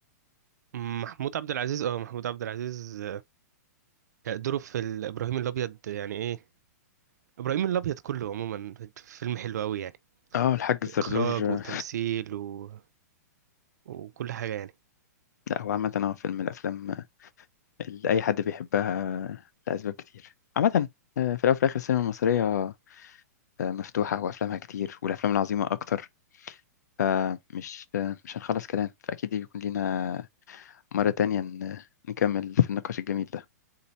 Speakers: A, on the right (about 75°); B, on the left (about 70°).
A: محمود عبد العزيز اه محمود عبد العزيز آه، دوره في ال- إبراهيم الأبيض يعني إيه ابراهيم الابيض كله عموما فيلم حلو قوي يعني
B: اه الحاج الزرزور
A: إخراج
B: آه،
A: وتمثيل و... وكل حاجة يعني
B: لا هو عامه هو فيلم من الافلام اللي اي حد بيحبها لاسباب كتير عامه آه، في الاول وفي الاخر السينما المصريه آه، مفتوحه وافلامها كتير والافلام العظيمه اكتر فمش آه، مش هنخلص كلام فاكيد بيكون لينا مرة تانية ن- نكمل في النقاش الجميل ده